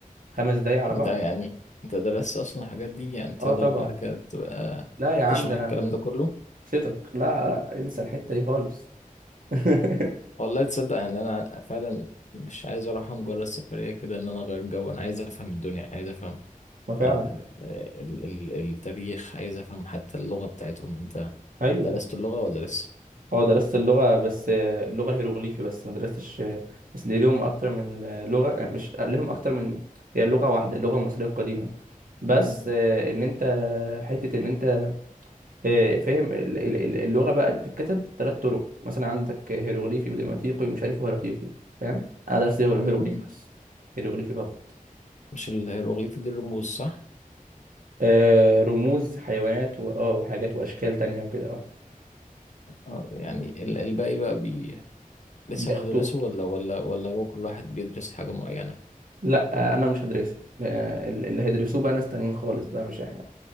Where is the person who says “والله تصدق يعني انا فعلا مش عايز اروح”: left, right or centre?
Left